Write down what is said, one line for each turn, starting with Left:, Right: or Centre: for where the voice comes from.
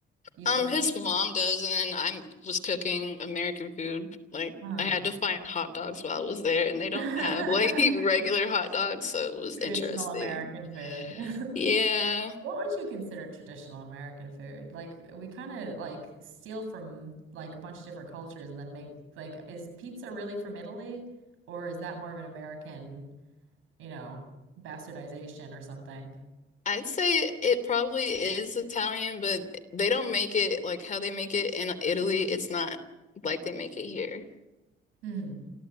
Right: You
Left: Um,
Right: like,
Left: his mom does, and I was cooking American food. Like,
Right: huh?
Left: I had to find hot dogs while I was there, and they don't
Right: <laughs>
Left: have like <laughs> regular hot dogs, so it was
Right: Traditional
Left: interesting.
Right: American food. <laughs>
Left: Yeah,
Right: What would you consider traditional American food? Like we kind of like steal from like a bunch of different cultures and then make like is pizza really from Italy or is that more of an American, you know, bastardization or something?
Left: I'd say it probably is Italian, but they don't make it like how they make it in Italy. It's not like they make it here.
Right: hmm